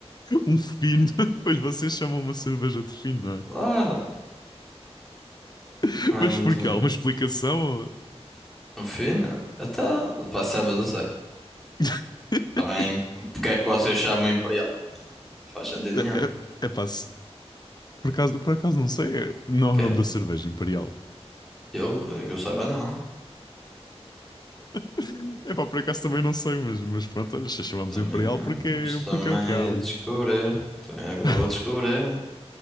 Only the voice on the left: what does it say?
um fino. <laughs> Pois vocês chamam uma cerveja de fino, não é?
<laughs>
Mas
porquê? Há uma explicação?
<laughs>
É,
é, é se- por acaso, por acaso não sei. É- Não é
o nome
da cerveja, Imperial.
<laughs> É pá, por acaso também não sei, mas, mas pronto, olha, se chamamos
Imperial porque, é-
porque é o que há,
olha.
<laughs>